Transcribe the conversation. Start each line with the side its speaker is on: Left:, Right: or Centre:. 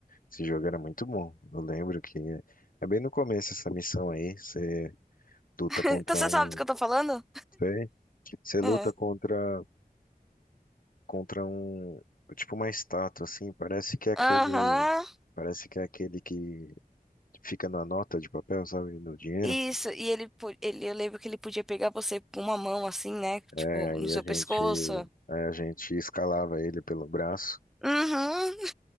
Left: esse jogo, era muito bom. Eu lembro que é bem no começo essa missão aí. Você luta contra
Centre: então você
Left: um.
Centre: sabe do que eu tô falando?
Left: Sei. Você luta
Centre: É.
Left: contra contra um, tipo uma estátua assim, parece que é aquele,
Centre: Aham.
Left: parece que é aquele que fica na nota de papel, sabe, no dinheiro.
Centre: Isso, e ele, po- ele, eu lembro que ele podia pegar você com uma mão assim, né?
Left: É,
Centre: Tipo,
Left: aí
Centre: no seu
Left: a gente,
Centre: pescoço.
Left: aí a gente escalava ele pelo braço
Centre: Uhum.